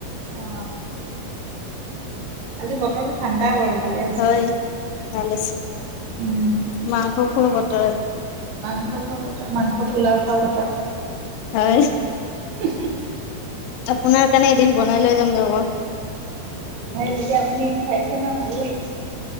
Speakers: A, on the right; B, on the left.
A: অ আজি বতৰটো ঠাণ্ডা বাৰু ভালে আছে
B: হয়
A: অলপ
B: ভাল আছে
A: উম
B: মাংস খোৱা ব ত
A: মাংস খোৱা বতা মাংস পোলাও খোৱা বতা
B: হয়
A: উ
B: আপোনাৰ কাৰণে এদিন বনাই লৈ যাম যাব
A: তেতিয়াআপুনি ফাইচ ন ভাল লাগিছে <unintelligible>